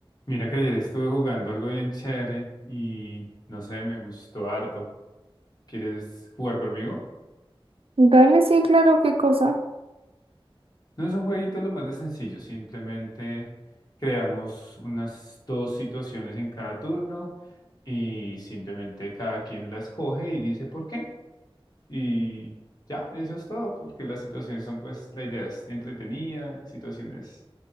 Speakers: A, on the left (about 45°); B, on the right (about 80°).
A: Mira que ayer estuve jugando algo bien chévere y no sé, me gustó harto. ¿Quieres jugar conmigo?
B: Dale, sí, claro, qué cosa.
A: No es un jueguito lo más de sencillo, simplemente creamos unas dos situaciones en cada turno y simplemente cada quien las coge y dice por qué. Y ya, eso es todo, porque las situaciones son pues, la idea es entretenida, situaciones